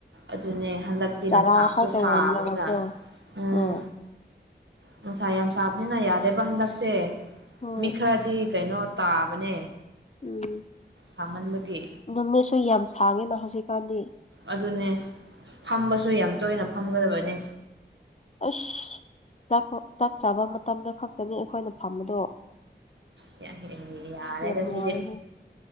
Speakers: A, on the right; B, on the left.
A: ꯑꯗꯨꯅꯦ ꯍꯟꯗꯛꯇꯤ
B: ꯆꯥꯔꯥ
A: ꯅꯨꯡꯁꯥꯁꯨ
B: ꯈꯛꯇ
A: ꯁꯥꯕꯅꯤꯅ
B: ꯑꯣꯜꯂꯒꯀꯣ
A: ꯎꯝ
B: ꯍꯣꯏ
A: ꯅꯨꯡꯁꯥ ꯌꯥꯝ ꯁꯥꯕꯅꯤꯅ ꯌꯥꯗꯦꯕ ꯍꯟꯗꯛꯁꯦ
B: ꯍꯣꯏ
A: ꯃꯤ ꯈꯔꯗꯤ ꯀꯩꯅꯣ ꯇꯥꯕꯅꯦ
B: ꯎꯝ
A: ꯁꯥꯃꯟꯕꯒꯤ
B: ꯅꯨꯃꯤꯠꯁꯨ ꯌꯥꯝ ꯁꯥꯡꯉꯦꯅ ꯍꯧꯖꯤꯛꯀꯥꯟꯗꯤ
A: ꯑꯗꯨꯅꯦ ꯐꯝꯕꯁꯨ ꯌꯥꯝ ꯇꯣꯏꯅ ꯐꯝꯒꯗꯕꯅꯦ
B: ꯑꯁ ꯆꯥꯛꯄ ꯆꯞ ꯆꯥꯕ ꯃꯇꯝꯗꯥ ꯈꯛꯇꯅꯤ ꯑꯩꯈꯣꯏꯅ ꯐꯝꯕꯗꯣ
A: ꯁ ꯍ <unintelligible> ꯌꯥꯔꯦꯗ
B: ꯌꯥꯝ ꯅꯨꯡꯉꯥꯏꯍꯦ
A: ꯁꯤꯗ